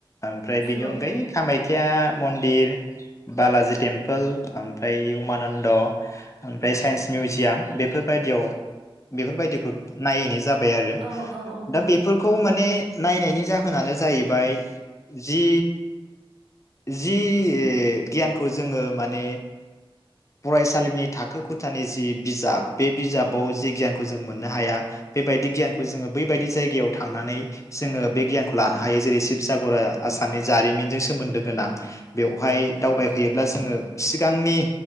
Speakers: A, on the left; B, on the right.
A: ओमफ्राय
B: नंगौ
A: बेनि अनगायै खामाय खिया मन्दिर, बालाजि टेम्पोल ओमफ्राय उमानन्द ओमफ्राय साइन्स मिउजियाम बेफोरबायायदियाव बेफोरबायदिखौ नायैनाय जाबाय आरो।
B: औ औ औ नोंथां
A: दा बेफोरखौ माने नायनायनि जाहोनानो जाहैबाय जि जि गियानखौ जोङो माने फरायसालिनि थाखो ख'थानि जि बिजाब बे बिजाबाव जि गियानखौ जों मोननो हाया बेबायदि गियानखौ जोङो बैबायदि जायगायाव थांनानै जोङो बे गियानखौ लानो हायो जेरै शिबसागरा आसामनि जारिमिनजों सोमोन्दो गोनां बेवहाय दावबायफैयोब्ला जोङो सिगांनि